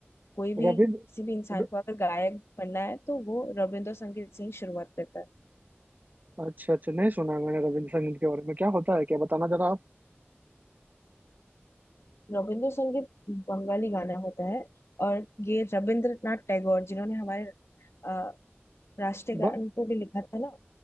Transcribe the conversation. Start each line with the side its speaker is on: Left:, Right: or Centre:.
Left: कोई भी
Right: रविंद्र
Left: किसी भी इंसान
Right: र-
Left: को अगर गायक बनना है तो वो रविंद्र संगीत से ही शुरुआत करता है
Right: अच्छा अच्छा नहीं सुना है मैंने रविंद्र संगीत के बारे में क्या होता है क्या बताना जरा आप
Left: रविंद्र संगीत बंगाली गाना होता है और ये रविंद्रनाथ टैगोर जिन्होंरीय हमारे अ, राष्ट्रीय
Right: ब,
Left: गान को भी लिखा था ना